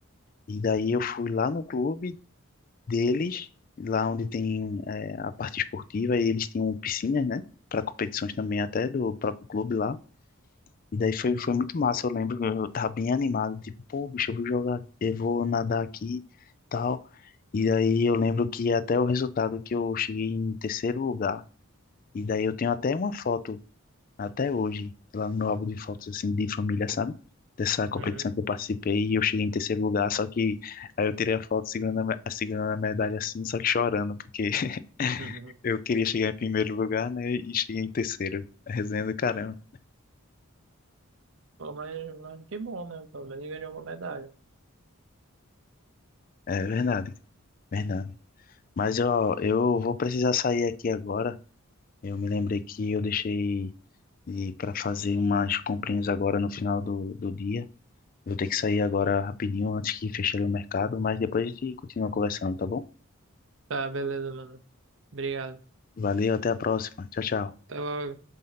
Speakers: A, on the left; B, on the right.
A: E daí eu fui lá no clube deles, lá onde tem eh, a parte esportiva, e eles tinham piscinas, né? Para competições também até do próprio clube lá. E daí foi, foi muito massa, eu lembro que eu tava bem animado, tipo, pô, bicho, eu vou jogar, eu vou nadar aqui, tal. E daí eu lembro que até o resultado que eu cheguei em terceiro lugar, e daí eu tenho até uma foto, até hoje, lá no meu álbum de fotos, assim, de família, sabe? Dessa competição
B: Uhum.
A: que eu participei e eu cheguei em terceiro lugar, só que aí eu tirei a foto segurando a, me- segurando a medalha assim, só que chorando, porque <laughs>
B: <laughs> Uhum.
A: eu queria chegar em primeiro lugar, né? E cheguei em terceiro. Resenha do caramba.
B: Pô, mas, mas que bom, né? Pelo menos ganhou uma medalha.
A: É verdade, verdade. Mas ó, eu vou precisar sair aqui agora. Eu me lembrei que eu deixei para fazer umas comprinhas agora no final do, do dia. Vou ter que sair agora rapidinho antes que feche ali o mercado, mas depois a gente continua conversando, tá bom?
B: Tá, beleza, mano. Obrigado.
A: Valeu, até a próxima. Tchau, tchau.
B: Então,